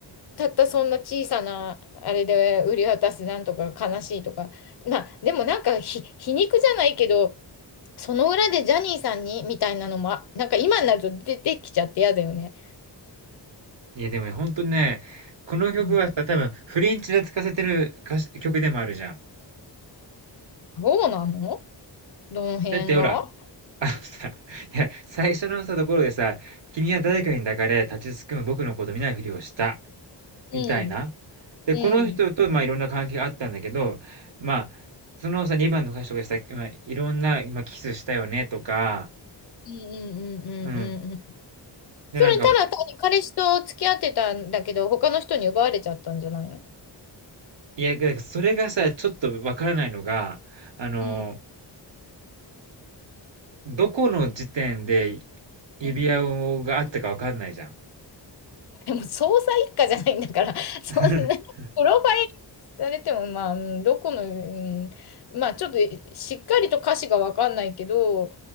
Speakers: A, on the left; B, on the right.
A: たったそんな小さな、あれで売り渡すなんとか悲しいとか、まあ、でもなんかひ皮肉じゃないけど、その裏でジャニーさんにみたいなのも、あなんか今になると出てきちゃって嫌だよね。
B: いやでもね、ほんとね、この曲はさ、
A: うん、
B: 多分フリンチで使わせてるかし曲でもあるじゃん。
A: そうなのどの辺が
B: だってほら、あのさ、いや、最初のさ、ところでさ、君は誰かに抱かれ、
A: うん。
B: 立ちすくむ僕のこと見ないふりをした、
A: うん。
B: みたいな。で、
A: うん。
B: この人と、まあ、いろんな関係があったんだけど、まあ、そのさ、2番の歌手とかした、まあ、いろんな、まあ、キスしたよね、とか、
A: うんうんうんうんうんうん。
B: うん。で、
A: それただ単に彼氏と付き合ってたんだけど、
B: なんか、
A: 他の人に奪われちゃったんじゃないの
B: いや、だからそれがさ、ちょっとわからないのが、あの、
A: うん。
B: どこの時点で指輪をがあったかわかんないじゃん。
A: うん。でも、捜査一課じゃないんだから、<laughs> そんな、
B: <laughs>
A: プロファイルされても、まあ、うんどこの、うん、まあ、ちょっとしっかりと歌詞がわかんないけど、